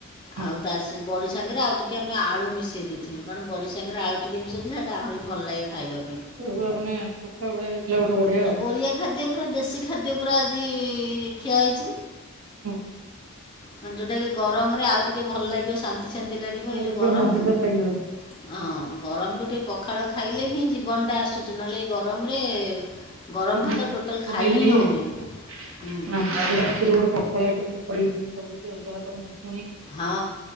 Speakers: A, on the right; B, on the left.
A: ହଁ ହଁ।
B: ଆଉ ତା ସେ ବଡି ସାଙ୍ଗରେ ଆଉ ଟିକେ କି ଆମେ ଆଳୁ ମିଶାଇ ଦେଇଥିଲୁ କାରଣ ବଡ଼ି ସାଙ୍ଗରେ ଆଳୁ ଟିକେ ମିଶାଇଥିଲେ ସେଇଟା ଆହୁରି ଭଲ ଲାଗେ ଖାଇବାକୁ।
A: ଏ ଆମ ମାନେ ବଢିଆ ଆଉ
B: ଓରିଆ ଖାଦ୍ୟ ପୁରା ଦେସି ଖାଦ୍ୟ ଖଦ୍ୟ ପୁରା ଆଜି ଖିଆ ହେଇଛି।
A: ହୁଁ।
B: ଯୋଉଟା କି ଗରମରେ ଆଉ ଟିକେ ଭଲ ଲାଗିବ ଶାନ୍ତି। ଅତି ଶାନ୍ତି ଲାଗିବ
A: ଆହୁରି
B: ଏଇ ଯୋଉ
A: ପୁରା
B: ଗରମକୁ
A: ମଜାଦାର ଲାଗିବ
B: ହଁ ଗରମକୁ ଟିକେ ପଖାଳ ଖାଇଲେ ହିଁ ଜୀବନଟା ଆସୁଛି ନହେଲେ ଗରମରେ
A: ଆଜି
B: ଗରମ ଭାତ
A: ରାତିରେ
B: ଟୋଟାଲ୍
A: ଗୋଟେ
B: ଖାଇ ହିଁ
A: ପଖାଳ
B: ହେଉନାହିଁ
A: ଏଟ ମୁ
B: ହୁଁ
A: କରିବି କରିବି ଭାବୁଛି ଆଉ ଯାହା ତମସ୍
B: ହଁ